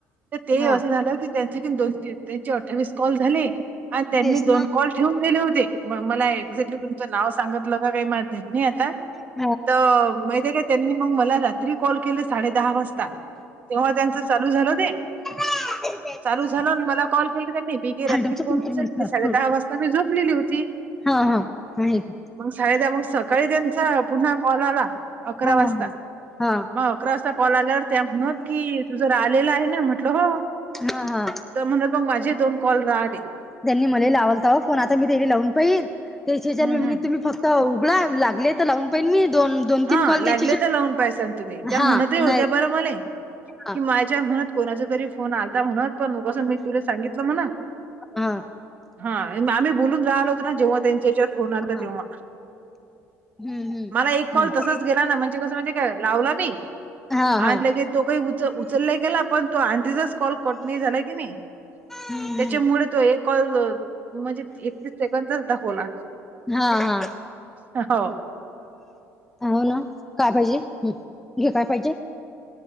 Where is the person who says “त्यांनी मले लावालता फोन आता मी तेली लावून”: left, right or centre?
Centre